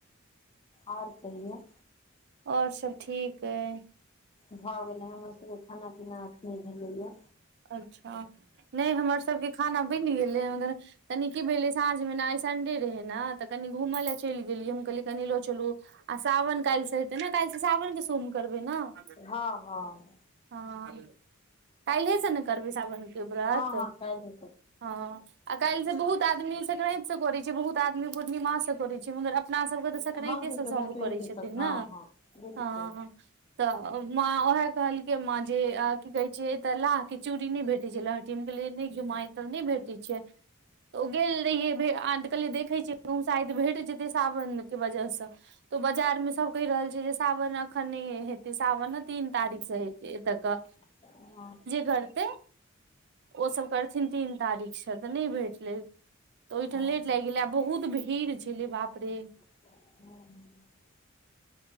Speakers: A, on the left; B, on the right.
A: आर कहियो- -
B: और सब ठीक अई- -
A: भऽ गेलै हमर सबके खाना- पीना अखने भेलैइया।
B: अच्छा न ई हमर सबके खाना बनि गेलै मंगर- - तनी की भेलै साँझमे न आइ संडे रहै न, तऽ कनि घूम लए चइल गेलिए हम कहलियै कनि ल चलू आ सावन कायैल स हेतै न कायैल स सावनके सोम करबै न।
A: हँ हँ।
B: हँ, कायल्हे से न करबै सावन? के बर्त,
A: हँ हँ काल्हि
B: हँ आ कायेल स बहुत आदमी सक्रेत स करै छै, बहुत आदमी पूर्णिमास से करे छै मगर अपना सबके तऽ
A: हम
B: सकैरैत सब
A: तऽ सकराते
B: करै छथिन
A: सब हँ
B: न
A: हँ बिलकुल
B: हँ तऽ माँ उएहे कहलकै माँ जे की कहे छ तऽ ला चूड़ी नयि भेटै छै लहढी हम कहलियै नयि गे मां एत त नयि भेटैत छै। ओ गेल रहियैे भे आद कले, देखै छी गूम शायद भेट जेतै सावनके वजहसँ त बाजारमे सब कहि रहल छै जे सावन अखन नयि हेतै सावन न तीन तारीख से हेते एतय क
A: ह
B: करते ओ सब करथिन तीन तारीख स त नयि भेटलै। त ओइठाम
A: हँ
B: लेट लाइग गेलै आ बहुत भीड़ छलै बाप रे।
A: हम्म